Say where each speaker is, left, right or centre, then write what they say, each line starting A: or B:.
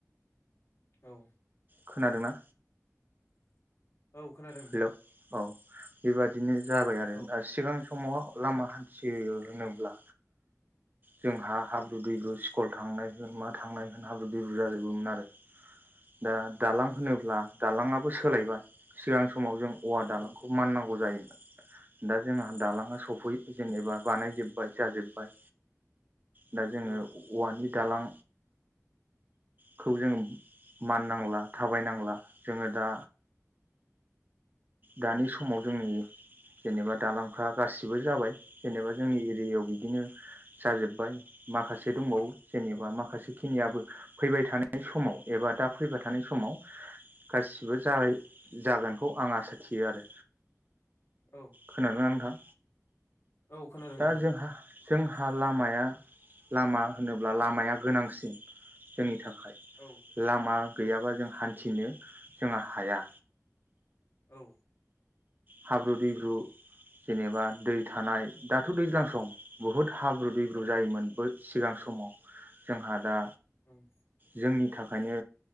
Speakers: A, on the left (about 55°); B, on the right (about 35°).
A: औ।
B: खोनादोंना?
A: औ खोनादों नोंथां।
B: हेलौ औ बेबादिनो जाबाय आरो
A: औ
B: दा सिगां समाव लामा हान्थियो होनोब्ला जोंहा हाब्रु दैब्रु स्कल थांनाय होन मा थांनाय होन हाब्रु दैब्रु जाजोबोमोन आरो। दा दालां
A: औ
B: होनोब्ला दालांङाबो सोलायबाय सिगां समाव जों औवा दालांखौ
A: औ
B: माननांगौ जायो दा जोंहा दालाङा सफै जेनेबा बानायजोब्बाय जाजोब्बाय। दा जोङो
A: औ
B: औवानि दालां खौ जोङो माननांला थाबायनांला जोङो दा दानि समाव जोंनि जेनेबा दालांफ्रा गासिबो जाबाय जेनेबा जोंनि एरियायाव बिदिनो जाजोब्बाय माखासे दंबावो। जेनेबा
A: औ
B: माखासे खिनियाबो फैबाय थानाय नाय समाव एबा दा फैबाय थानाय समाव गासिबो जाय जागोनखौ आं आसा थियो आरो।
A: औ
B: खोनादो ना नोंथां?
A: औ खोनादों
B: दा
A: नोंथां।
B: जोंहा जोंहा लामाया लामा होनोब्ला लामाया गोनांसिन जोंनि थाखाय
A: औ
B: लामा गैयाबा
A: औ
B: जों हान्थ थिनो जोङो हाया।
A: औ।
B: हाब्रु दैब्रु जेनेबा दै थानाय दाथ' दैज्लां सम बुहुद हाब्रु दैब्रु
A: औ
B: जायोमोन बै सिगां समाव जोंहा दा
A: उम।
B: जोंनि थाखायनो